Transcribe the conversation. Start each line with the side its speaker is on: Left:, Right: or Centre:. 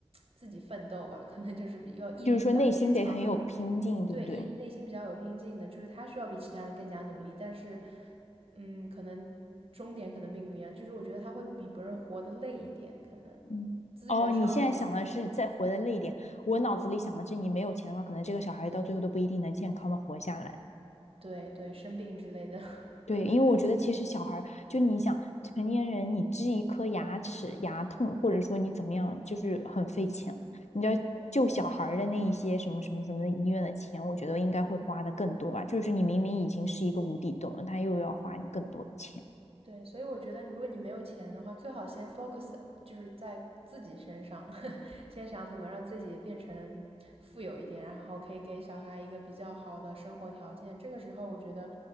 Right: 自己奋斗吧，可能就是比要毅力比较坚强的呢，
Left: 就是说内心得很有拼劲，对不对？
Right: 对，意内心比较有拼劲的，就是他需要比其他人更加努力，但是嗯，可能终点可能并不一样，就是我觉得他会比别人活得累一点，可能
Left: 嗯，
Right: 资源少一点，
Left: 哦，你现在想的是再活得累一点，
Right: 或者。
Left: 我脑子里想的是你没有钱的话，可能这个小孩到最后都不一定能健康的活下来。
Right: 对对，生病之类的，<laughs>
Left: 对，因为我觉得其实小孩儿，就你想成年人，你治一颗牙齿牙痛，或者说你怎么样，就是很费钱了。你要救小孩儿的那一些什么什么什么的医院的钱，
Right: 对
Left: 我觉得应该会花的更多吧。就是你明明已经是一个无底洞了，他又要花你更多的钱。
Right: 对，所以我觉得，如果你没有钱的话，最好先 focus 就是在自己身上，<laughs> 先想怎么让自己变成富有一点，然后可以给小孩一个比较好的生活条件。这个时候，我觉得